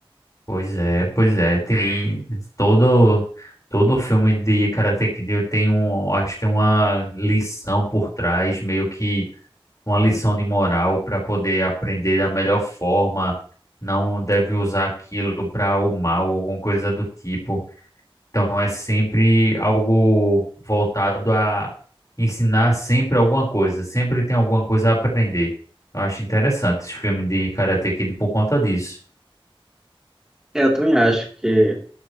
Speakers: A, on the left; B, in the centre.
A: Pois é, pois é. Tem todo. Todo filme de Karate Kid tem um, acho que tem uma lição por trás, meio que uma lição de moral para poder aprender da melhor forma. Não deve usar aquilo para o mal, alguma coisa do tipo. Então é sempre algo voltado a ensinar sempre alguma coisa, sempre tem alguma coisa a aprender. Eu acho interessante esse filme de Karate Kid por conta disso.
B: É, eu também acho que